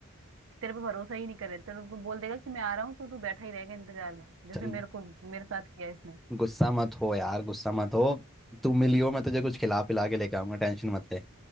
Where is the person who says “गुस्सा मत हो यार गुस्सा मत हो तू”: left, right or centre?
Centre